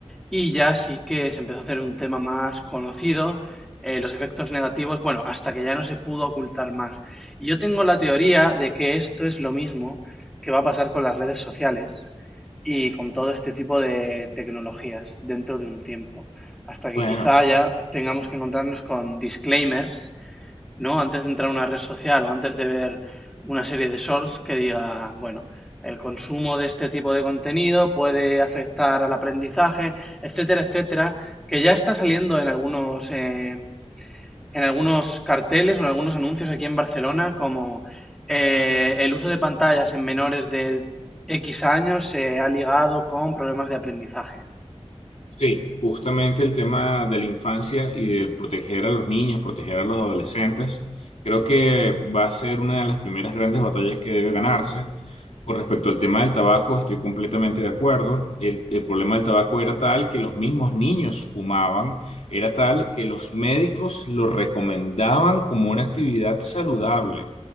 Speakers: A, in the centre; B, on the left.
A: y ya sí que se empezó a hacer un tema más conocido, eh, los efectos negativos, bueno, hasta que ya no se pudo ocultar más. Y yo tengo la teoría de que esto es lo mismo que va a pasar con las redes sociales y con todo este tipo de tecnologías dentro de un tiempo, hasta que
B: Bueno.
A: quizá ya tengamos que encontrarnos con disclaimers ¿no? Antes de entrar a una red social o antes de ver una serie de shorts que diga, bueno, el consumo de este tipo de contenido puede afectar al aprendizaje, etcétera, etcétera, que ya está saliendo en algunos, eh, en algunos carteles o en algunos anuncios aquí en Barcelona, como eh, el uso de pantallas en menores de X años se ha ligado con problemas de aprendizaje.
B: Sí, justamente el tema de la infancia y de proteger a los niños, proteger a los adolescentes, creo que va a ser una de las primeras grandes batallas que debe ganarse. Con respecto al tema del tabaco, estoy completamente de acuerdo. El, el problema del tabaco era tal que los mismos niños fumaban, era tal que los médicos lo recomendaban como una actividad saludable.